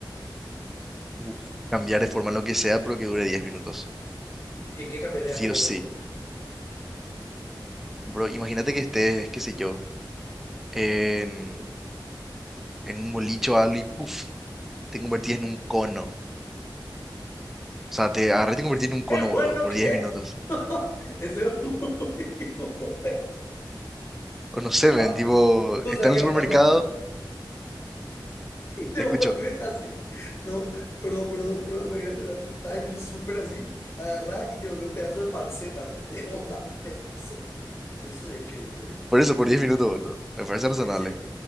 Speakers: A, in the centre; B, on the left.
A: Uf. Cambiar de forma lo que sea, pero que dure diez minutos.
B: ¿Y en qué cambiaría de
A: Sí
B: forma,
A: o sí.
B: por ejemplo?
A: Bro, imagínate que estés, qué sé yo, en, en un bolicho o algo y puff, te convertís en un cono. O sea, te agarré y te convertís
B: <laughs>
A: en un cono,
B: ¡Es
A: boludo,
B: bueno
A: por
B: que!
A: 10 minutos.
B: <laughs> Eso es muy bueno.
A: O no sé,
B: Banco.
A: men, tipo,
B: O
A: está
B: sea
A: en
B: que
A: el supermercado
B: banco. Y te
A: Te
B: volvés
A: escucho.
B: así. No, perdón, perdón, pero imagínate, ¿no? tipo, estás en el súper así, agarrás y te volvés un pedazo de panceta así, de onda, del piso. Eso sería increíble, güey.
A: Por eso, por 10 minutos, boludo. Me parece razonable.
B: Sí, sí,